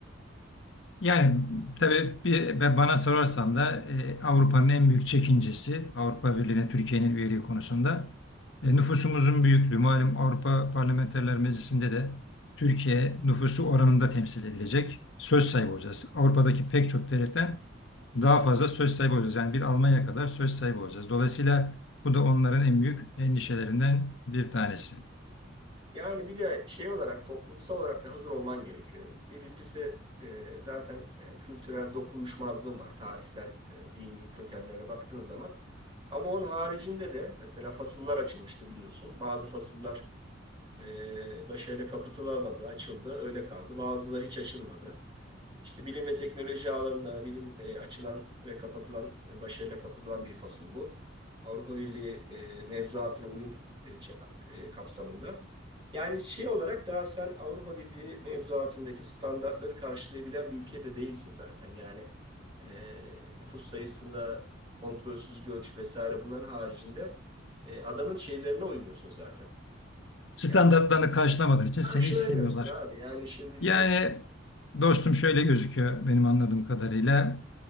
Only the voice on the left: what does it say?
Yani tabii bir, ben bana sorarsan da e, Avrupa'nın en büyük çekincesi Avrupa Birliği'ne Türkiye'nin üyeliği konusunda e, nüfusumuzun büyüklüğü. Malum Avrupa Parlamenterler Meclisi'nde de Türkiye nüfusu oranında temsil edilecek. Söz sahibi olacağız. Avrupa'daki pek çok devletten daha fazla söz sahibi olacağız. Yani bir Almanya kadar söz sahibi olacağız. Dolayısıyla bu da onların en büyük endişelerinden bir tanesi.
Standartlarını
karşılamadığın için
seni istemiyorlar.
Yani dostum şöyle gözüküyor benim anladığım kadarıyla.